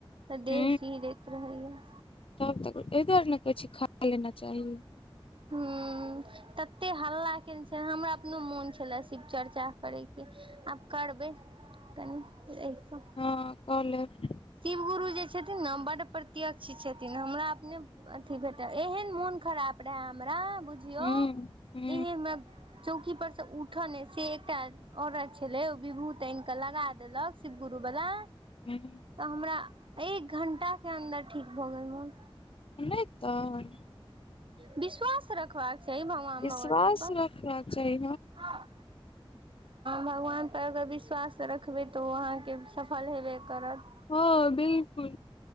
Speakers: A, on the right; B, on the left.
A: तऽ देह
B: ह
A: सीहरैत रहैया
B: तब तक एहि दुआरे ने कहै छै खा लेना चाही
A: ह तते हल्ला केने छ हमरा अपनो मोन छलए शिव चर्चा करय आब करबै तनि रहिऽ
B: हँ क लेब
A: शिव गुरु जे छथिन ने बड प्रत्यक्ष छथिन हमरा अपने अथी भेटल एहन मोन खराब रहए हमरा बुझियौ
B: ह ह
A: एहमे चौकी पर से उठने से एकटा औरत छलै ओ विभूत अइनक लगा देलक शिवगुरु बला
B: ह
A: तऽ हमरा एक घण्टाके अन्दर ठीक भऽ गेल मोन
B: नहि तऽ
A: विश्वास रखबाक चाही भगवान
B: विश्वास
A: भगवती पर
B: रखबाक चाही
A: हँ भगवानपर अगर विश्वास रखबै तऽ ओ अहाँके सफल हेबे करत
B: हँ बिलकुल